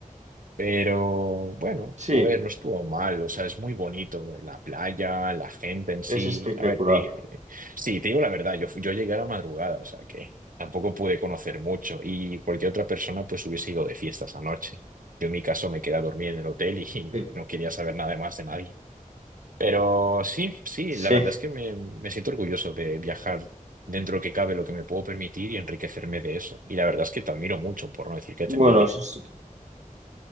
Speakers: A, on the right (about 75°); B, on the right (about 55°).
A: Pero bueno,
B: Sí,
A: a ver, no estuvo mal, o sea, es muy bonito, la playa, la gente en sí.
B: es espectacular.
A: A ver, te- sí, te digo la verdad, yo, yo llegué a la madrugada, o sea, que tampoco pude conocer mucho y cualquier otra persona pues hubiese ido de fiestas anoche. Yo en mi caso me quedé a dormir en el hotel y
B: Sí.
A: <laughs> no quería saber nada más de nadie. Pero sí, sí,
B: Sí.
A: la verdad es que me, me siento orgulloso de viajar dentro que cabe lo que me puedo permitir y enriquecerme de eso. Y la verdad es que te admiro mucho, por no decir que
B: Bueno,
A: te envidio.
B: eso es,